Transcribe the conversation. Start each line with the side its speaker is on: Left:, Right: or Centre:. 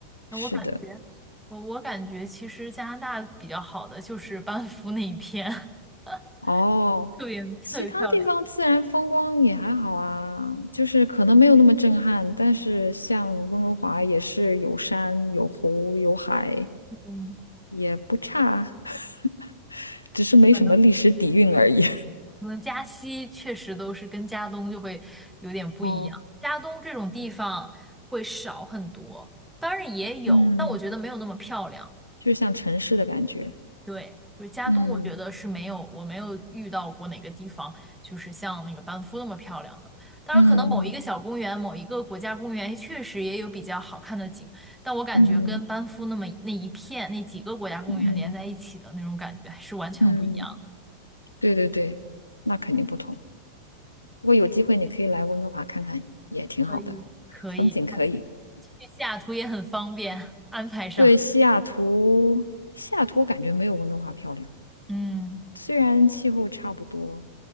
Centre: 那我感觉我我感觉其实加拿大比较好的就是班夫那一片。
Left: 是的，
Centre: <laughs>
Left: 哦。
Centre: 特别特别漂亮。
Left: 其他地方自然风光也还好啊，就是可能没有那么震撼，但是像温哥华也是有山有湖有海，
Centre: 嗯，
Left: 也不差，<laughs> 只是没什么历史底蕴而已。
Centre: 可能可能加西确实都是跟加东就会有点不一样，
Left: <laughs> 哦，
Centre: 加东这种地方会少很多，当然也有，
Left: 嗯，
Centre: 但我觉得没有那么漂亮。
Left: 就像城市的感觉，
Centre: 对，就是加东，
Left: 嗯
Centre: 我觉得是没有，我没有遇到过哪个地方就是像那个班夫那么漂亮的。当然，
Left: 嗯
Centre: 可能某一个小公园、某一个国家公园确实也有比较好看的景，但我感觉跟班夫那么那一片那几个国家公园连在一起的那种感觉还是完全不一样。
Left: 嗯嗯嗯，对对对，那肯定不同。如果有机会，你可以来温哥华看看，也挺好的，
Centre: 可以，可以，
Left: 风景可以。
Centre: 去西雅图也很方便，安排上。
Left: 对，西雅图，西雅图我感觉没有温哥华漂亮，
Centre: 嗯
Left: 虽然气候差不多，